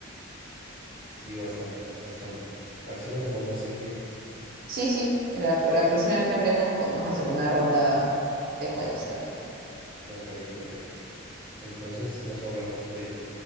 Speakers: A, on the left; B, on the right.
A: Sí, bastante, bastante. A ver si lo hacemos más seguido,
B: Sí, sí, la, la próxima vez que hablemos podemos hacer una ronda de juegos también.
A: me parece perfecto. Entonces, nos hablamos, cuídate.